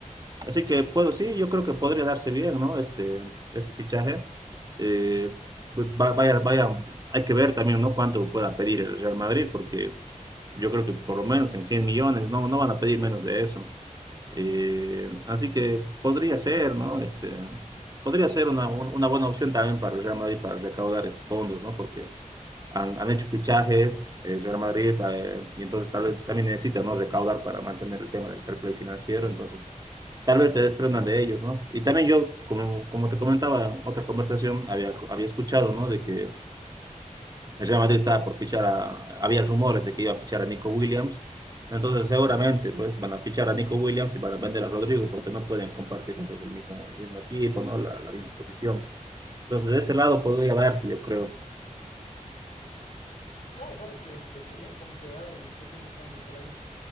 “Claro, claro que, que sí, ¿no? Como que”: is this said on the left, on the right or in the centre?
Left